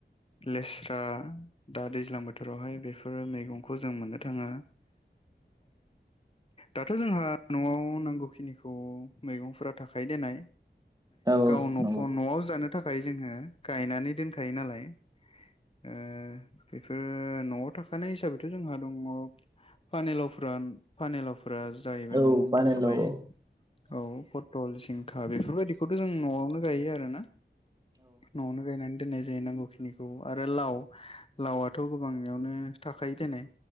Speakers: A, on the left; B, on the right.
A: लेस्रा। दा दैज्लां बोथोरावहाय बेफोरो मैगंखौ जों मोननो थांङो दाथ' जोंहा न'आव नांगौखिनिखौ मैगंफोरा थाखायो देनाय।
B: औ औ।
A: न'ख'
B: नंगौ
A: न'आव जानो थाखाय जोंङो गायनानै दोनखायो नालाय। ओ बेफोरो न'आव थाखानाय हिसाबैथ' जोंहा दंङ पानिलाव फ्रान फानिलाव फ्रा जायैबाय
B: औ
A: न'आवनो
B: पानिलाव
A: थाखाबाय
B: औ
A: औ पथल जिंखा बेफोरबायदिखौथ' जों न'आवनो गायो आरो ना। न'आवनो गायनानै दोननाय जायो नांगौखिनिखौ आरो लाव लावआथ' गोबांयावनो थाखायो देनाय।